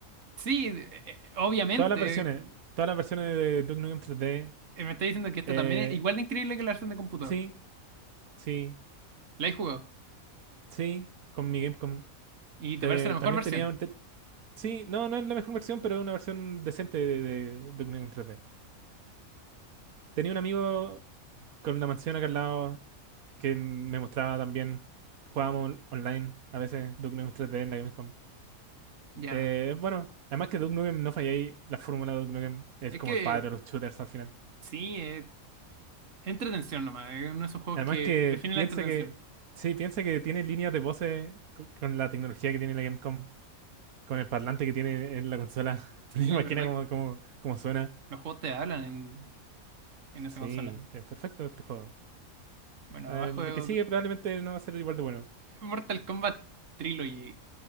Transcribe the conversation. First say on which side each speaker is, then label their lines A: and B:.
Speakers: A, on the right; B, on the right.
A: Sí, eh, eh, obviamente.
B: Todas las versiones, todas las versiones de Duke Nukem 3D,
A: eh, me está diciendo que este
B: eh,
A: también es igual de increíble que la versión de computador.
B: sí, sí,
A: La he jugado.
B: sí. Con mi Game
A: Y
B: Te-
A: te parece la mejor
B: también
A: versión.
B: tenía un... te- sí, no, no es la mejor versión, pero es una versión decente de, de, de Duke Nukem 3D. Tenía un amigo con la mansión acá al lado que me mostraba también. Jugábamos on- online a veces Duke Nukem 3D en la Gamescom.
A: Ya.
B: Eh, bueno, además que Duke Nukem no falla ahí, la fórmula de Duke Nukem es
A: Es
B: como
A: que
B: el padre de los shooters al final.
A: sí, eh, entretención nomás. Es uno de esos juegos
B: Además
A: que
B: que
A: define
B: piensa
A: la entretención.
B: que... Sí, piensa que tiene líneas de voces co- con, la tecnología que tiene la Gamescom, con el parlante que tiene en la consola. <laughs>
A: Sí,
B: Imagina
A: verdad
B: cómo,
A: que
B: cómo, cómo suena.
A: los juegos te hablan en, en esa
B: Sí,
A: consola.
B: es perfecto este juego.
A: Bueno,
B: El
A: abajo eh,
B: de que sigue probablemente no va a ser igual de bueno.
A: Mortal Kombat Trilogy.